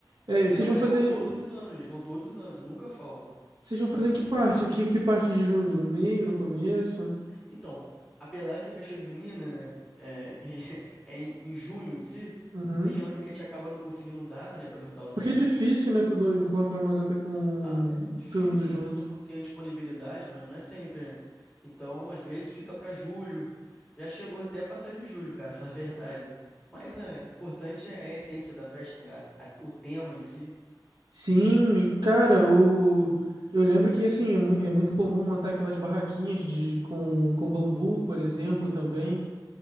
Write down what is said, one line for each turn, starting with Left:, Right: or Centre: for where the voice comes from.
Right: É,
Centre: Ele
Right: vocês
Centre: não,
Right: vão
Centre: eles
Right: fazer.
Centre: vão todos os anos, eles vão todos os anos, nunca faltam.
Right: Vocês vão fazer em que parte? Que, que parte de junho? No meio, no começo?
Centre: Então, apesar de ser festa junina, né, é, <laughs> é em, em junho em si,
Right: Uhum.
Centre: tem ano que a gente acaba não conseguindo data, né, pra juntar os
Right: Porque
Centre: amigos,
Right: é difícil, né? Tudo encontrar uma data com
Centre: Ah, é difícil,
Right: todo mundo junto.
Centre: né? Que todo mundo tem a disponibilidade, não é, não é sempre, né? Então, às vezes fica para julho. Já chegou até a passar de julho, cara, falar a verdade. Mas é o importante é é a essência da festa, né? A- a- o tema em si.
Right: Sim, cara, o... eu lembro que assim, é, mui- é muito comum montar aquelas barraquinhas de... com... com bambu, por exemplo, também.